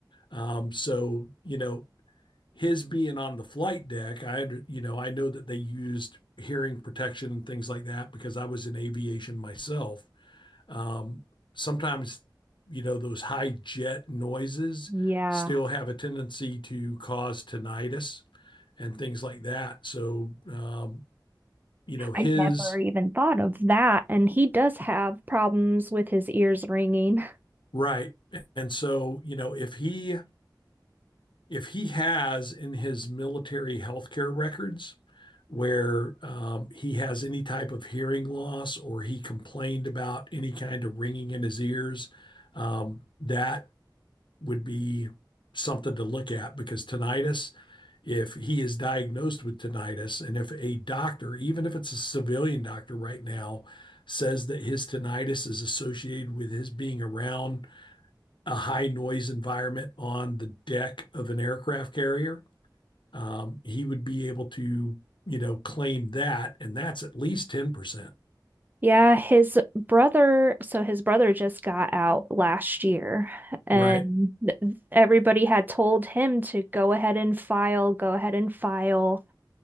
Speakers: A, on the left; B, on the right.
A: Um, so, you know, his being on the flight deck, I, you know, I know that they used hearing protection and things like that because I was in aviation myself. Um, sometimes, you know, those high jet noises
B: Yeah.
A: still have a tendency to cause tinnitus and things like that. So, um, you know, his
B: I never even thought of that. And he does have problems with his ears ringing.
A: right. And so, you know, if he if he has in his military healthcare records where um, he has any type of hearing loss or he complained about any kind of ringing in his ears, um, that would be something to look at because tinnitus, if he is diagnosed with tinnitus, and if a doctor, even if it's a civilian doctor right now, says that his tinnitus is associated with his being around a high noise environment on the deck of an aircraft carrier, um, he would be able to, you know, claim that. And that's at least 10%.
B: Yeah, his brother, so his brother just got out last year, and
A: Right.
B: everybody had told him to go ahead and file, go ahead and file.